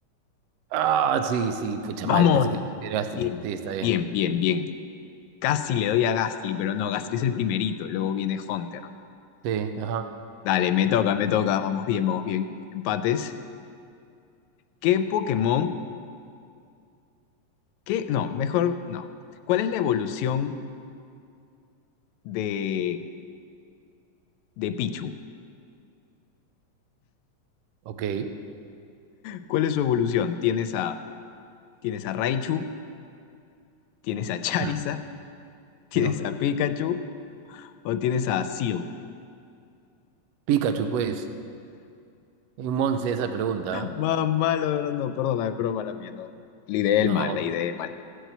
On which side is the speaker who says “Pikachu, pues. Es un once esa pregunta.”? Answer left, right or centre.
Right